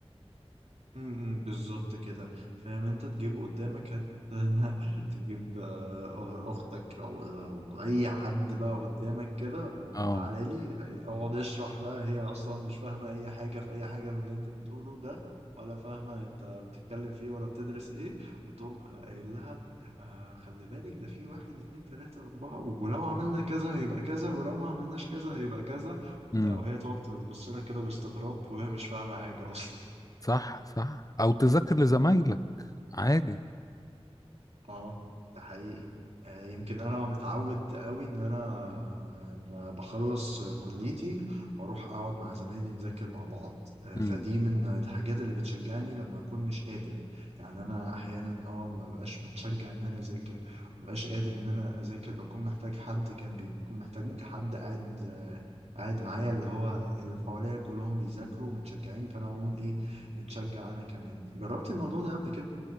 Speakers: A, on the right; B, on the left.
A: امم بالظبط كده فاهم انت تجيبه قدامك هت <laughs> تجيب آه، أه، اختك او او اي حد بقى قدامك كده وتعالى
B: اه
A: لي اقعد اشرح بقى هي اصلا مش فاهمه اي حاجه في اي حاجه من اللي انت بتقوله ده ولا فاهمه انت بتتكلم في ايه ولا بتدرس ايه وتقوم قايل لها آه خلي بالك ده في واحد اتنين تلاته اربعه ولو عملنا كذا هيبقى كذا ولو ما عملناش كذا هيبقى كذا
B: امم
A: وبتاع. وهي تقعد تبص لك كده باستغراب وهي مش فاهمه حاجه اصلا
B: صح صح او تذاكر لزمايلك عادي
A: اه ده حقيقي آه، يمكن انا متعود قوي ان انا ب- بخلص كليتي واروح اقعد مع زمايلي نذاكر مع بعض آه، فدي
B: امم
A: من الحاجات اللي بتشجعني لما اكون مش قادر يعني انا احيانا اه ما بقاش متشجع ان انا اذاكر ما بقاش قادر ان انا اذاكر بكون محتاج حد جنبي بكون محتاج حد قاعد آه، قاعد معايا اللي هو اللي حواليا كلهم بيذاكروا ومتشجعين فانا اقوم ايه متشجع انا كمان جربت الموضوع ده قبل كده